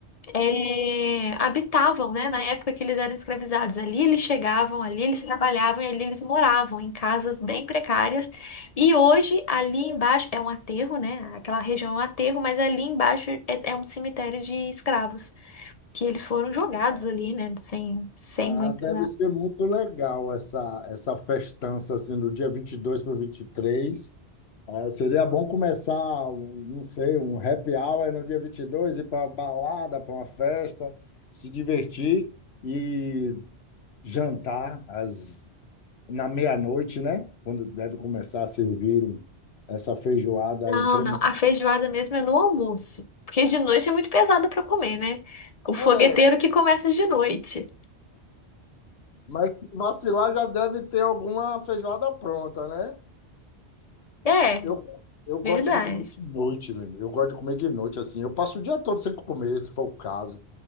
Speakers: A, on the left; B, on the left.
A: eh, habitavam, né? Na época que eles eram escravizados. Ali eles chegavam, ali eles trabalhavam e ali eles moravam em casas bem precárias. E hoje, ali embaixo, é um aterro, né? Aquela região é um aterro, mas ali embaixo é é um cemitério de escravos que eles foram jogados ali, né? Sem, sem
B: Ah,
A: muita.
B: deve ser muito legal essa, essa festança, assim, do dia 22 para o 23. Ah, seria bom começar, um- não sei, um happy hour no dia 22 ir para uma balada, para uma festa, se divertir e jantar às na meia-noite, né? Quando deve começar a servir essa feijoada
A: Não,
B: incrementada.
A: não. A feijoada mesmo é no almoço. Porque de noite é muito pesado pra comer, né? O fogueteiro
B: É,
A: que começa de noite.
B: mas se vacilar já deve ter alguma feijoada pronta, né?
A: É,
B: Eu, eu gosto
A: verdade.
B: de comer de noite, velho. Eu gosto de comer de noite, assim. Eu passo o dia todo sem comer, se for o caso.